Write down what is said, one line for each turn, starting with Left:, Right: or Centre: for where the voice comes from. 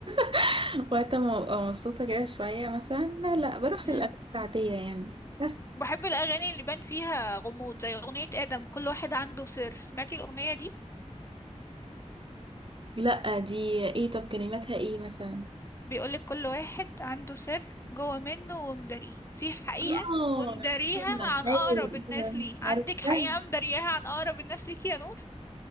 Right: <laughs> وقت ما أبقى مبسوطة كده شوية مثلا لا لا بروح
Left: امم
Right: للأغاني العادية يعني بس
Left: وبحب الاغاني اللي بان فيها غموض زي اغنية ادم كل واحد عنده سر سمعتي الاغنية دي
Right: لا دي ايه طب كلماتها ايه مثلا
Left: بيقولك كل واحد عنده سر جوه منه ومداريه في حقيقة
Right: اه
Left: ومداريها
Right: عرفتها.
Left: عن
Right: ايوه
Left: اقرب الناس
Right: ايوه
Left: ليه عندك
Right: عرفتها
Left: حقيقة مدارياها عن اقرب الناس ليكي يا نور